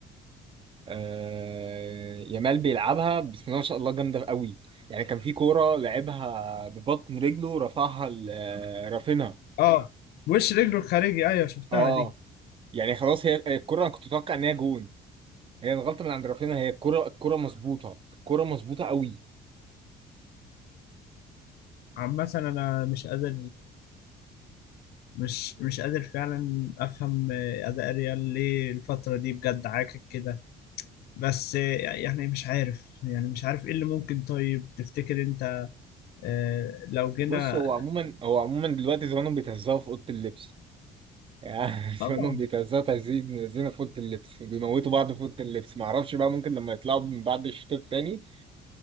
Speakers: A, on the right; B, on the left.
A: آه، يامال بيلعبها بسم الله ما شاء الله جامده قوي يعني كان في كوره لعبها ببطن رجله رفعها ل- آه، رافينها
B: اه وش رجله الخارجي ايوه شفتها
A: اه
B: دي
A: يعني خلاص هي الكوره انا كنت اتوقع ان هي جون هي الغلطه من عند رافينها هي الكوره الكوره مظبوطه الكوره مظبوطه قوي
B: عامة انا مش قادر مش مش قادر فعلا افهم اداء ريال ليه الفترة دي بجد عاكك كده بس يعني مش عارف يعني مش عارف ايه اللي ممكن طيب تفتكر انت آه، لو جينا
A: بص هو عموما هو عموما دلوقتي زمانهم بيتهزقوا في اوضه اللبس يعني <laughs>
B: اه
A: زمانهم بيتهزقوا تهزيق من الذين في اوضه اللبس بيموتوا بعض في اوضه اللبس معرفش بقى ممكن لما يطلعوا من بعد الشوط الثاني